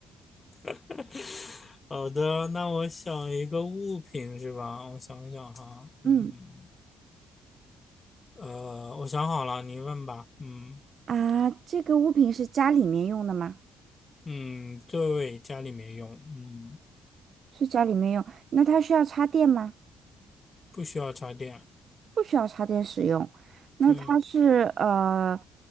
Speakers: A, on the left; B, on the right.
A: <laughs> 好的，那我想一个物品是吧？我想想哈，
B: 嗯
A: 嗯，呃，我想好了，你问吧，嗯
B: 啊，这个物品是家里面用的吗？
A: 嗯，对，家里面用，嗯。
B: 是家里面用，那它需要插电吗？
A: 不需要插电。
B: 不需要插电使用。那它是呃
A: 对，